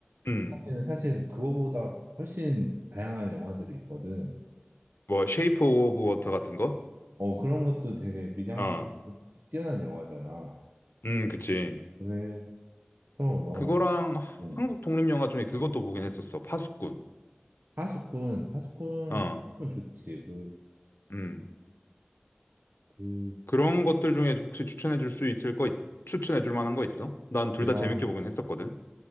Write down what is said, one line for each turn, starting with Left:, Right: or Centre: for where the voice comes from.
Left: 음,
Right: 사실은 사실 그거보다 훨씬 다양한 영화들이 있거든.
Left: 뭐 쉐이프 오브 워터 같은 거?
Right: 어 그런 것도 되게 미장센이
Left: 어,
Right: 뛰어난 영화잖아.
Left: 음, 그치.
Right: 그래서 너가
Left: 그거랑
Right: 음,
Left: 한국 독립 영화 중에 그것도 보긴 했었어. 파수꾼.
Right: 파수꾼 파수꾼
Left: 어,
Right: 좋지. 그
Left: 음.
Right: 그
Left: 그런 것들 중에 혹시 추천해 줄 수 있을 거 있, 추천해 줄 만한 거 있어? 난 둘
Right: 제가
Left: 다 재밌게 보긴 했었거든.